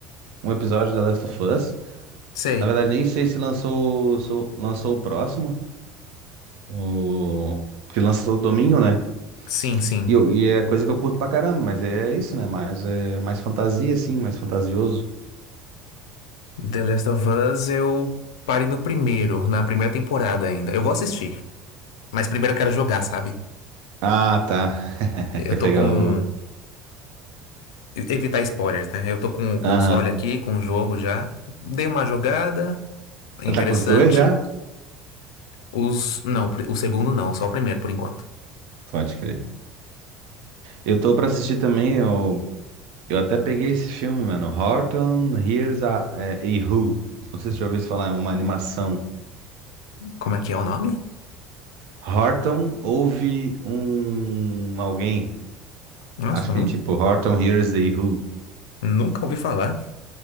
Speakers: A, on the right; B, on the left.
A: um episódio de The Last of Us.
B: sei.
A: Na verdade, nem sei se lançou, o- sou- lançou o próximo, o... porque lança todo domingo, né?
B: Sim, sim.
A: E, eu, e é coisa que eu curto pra caramba, mas é isso, né? Mais, é, mais fantasia, assim, mais fantasioso.
B: The Last of Us eu parei no primeiro, na primeira temporada ainda. Eu vou assistir, mas primeiro eu quero jogar, sabe?
A: Ah, tá. <laughs>
B: Eu
A: Quer
B: tô
A: pegar
B: com...
A: o
B: Evitar spoilers, né? Eu tô com o console
A: Aham.
B: aqui, com o jogo já. Dei uma jogada... É interessante.
A: Tá com os dois já?
B: Os. Não, o pri- o segundo não, só o primeiro por enquanto.
A: Pode crer. Eu tô pra assistir também, eu, eu até peguei esse filme, mano. Horton Hears a, é, a Who. Não sei se você já ouviu isso falar, é uma animação.
B: Como é que é o nome?
A: Horton ouve um alguém.
B: Nossa,
A: Acho
B: eu
A: que
B: nu-
A: é tipo Horton Hears a Who.
B: nunca ouvi falar.